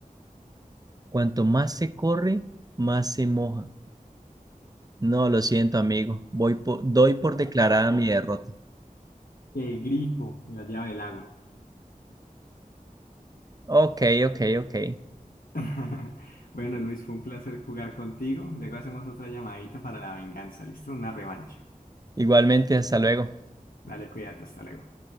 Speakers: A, on the right; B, on the left.
A: Cuanto más se corre, más se moja. No, lo siento, amigo. Voy po- doy por declarada mi derrota.
B: El grifo, la llave del agua.
A: Ok, ok, ok.
B: <laughs> Bueno, Luis, fue un placer jugar contigo. Luego hacemos otra llamadita para la venganza, ¿listo? Una revancha.
A: Igualmente, hasta luego.
B: Dale, cuídate, hasta luego.